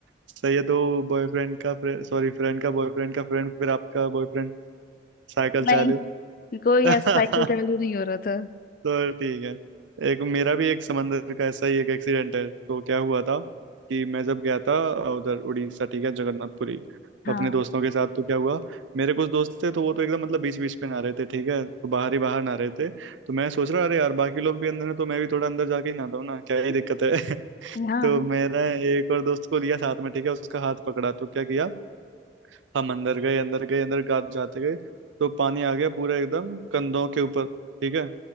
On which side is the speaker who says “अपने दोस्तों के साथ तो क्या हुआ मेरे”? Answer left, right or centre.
Right